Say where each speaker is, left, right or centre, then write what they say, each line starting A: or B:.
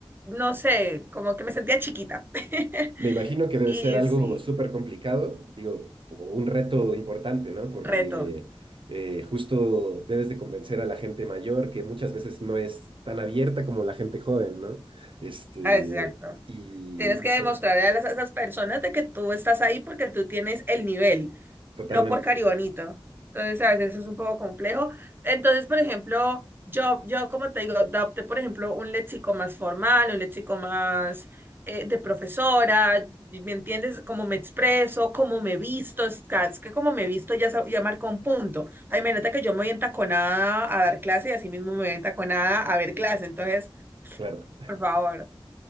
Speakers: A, on the right; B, on the right.
A: no sé, como que me sentía chiquita. <laughs>
B: Me imagino que debe
A: Y
B: ser algo
A: sí,
B: súper complicado, digo, o un reto importante, ¿no? Porque
A: reto,
B: eh, justo debes de convencer a la gente mayor que muchas veces no es tan abierta como la gente joven, ¿no? Este,
A: Ah, exacto.
B: y
A: Tienes
B: no
A: que
B: sé,
A: demostrarle a las- a esas personas de que tú estás ahí porque tú tienes el nivel,
B: totalmente,
A: no por caribonito. Entonces, a veces es un poco complejo. Entonces, por ejemplo, yo, yo como te digo, adopté, por ejemplo, un léxico más formal, un léxico más eh, de profesora, ¿me entiendes? Cómo me expreso, cómo me visto, es ca- es que como me visto ya, sa- ya marca un punto. O sea, imagínate que yo me voy entaconada a dar clase y así mismo me voy entaconada a ver clase. Entonces,
B: claro,
A: por favor.